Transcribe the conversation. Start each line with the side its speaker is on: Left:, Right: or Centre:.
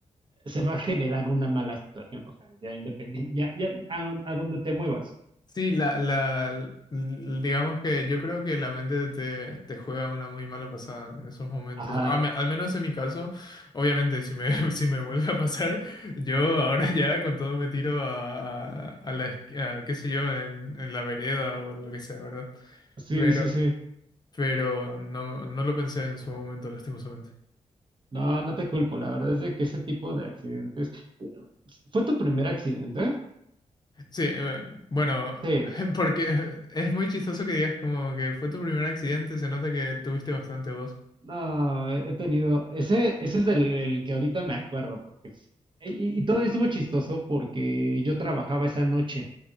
Right: se va a generar una mala situación, o sea, ya independiente, ya, ya a, a donde te muevas.
Left: Sí, la, la, l- digamos que yo creo que la mente te, te juega una muy mala pasada en esos momentos.
Right: Ajá,
Left: A me- al menos en mi caso, obviamente, si me, <laughs> si me vuelve a pasar, yo ahora ya con todo me tiro a, a, a la, esqui- a, qué sé yo, en, en la vereda o lo que sea, ¿verdad?
Right: sí,
Left: Pero,
Right: sí, sí.
Left: pero no, no lo pensé en su momento, lastimosamente.
Right: No, no te culpo, la verdad es de que ese tipo de accidentes. ¿Fue tu primer accidente?
Left: Sí, eh, bueno,
Right: Sí.
Left: <laughs> porque es muy chistoso que digas como que fue tu primer accidente, se nota que tuviste bastante voz.
Right: No, he, he tenido. Ese, ese es el, el que ahorita me acuerdo, porque. Y, y todavía estuvo chistoso porque yo trabajaba esa noche.